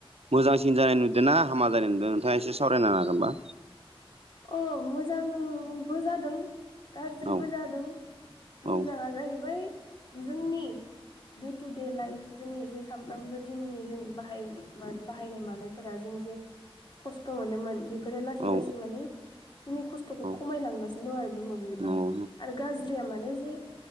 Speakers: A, on the right; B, on the left.
A: मोजांसिन जानाय नुदोंना हामा जानाय नुदों नोंथाङा एसे सावरायना नागोनबा।
B: अ मोजांबो जादों। गाज्रिबो
A: औ
B: जादों
A: औ
B: मोजाङा जाहैबाय जोंनि दे टु दे लाइफ जोंनि जे सानफ्रामबो दिननि जों बाहाय बाहायनाय मानाय। फोर जों जे खस्थ' मोनोमोन। लासै
A: औ
B: लासै मान जोंनि खस्थ'
A: औ
B: खमायलांगासिनो दं आरो बे मोब्लिबा
A: नंगौ
B: आरो ग या मानो जे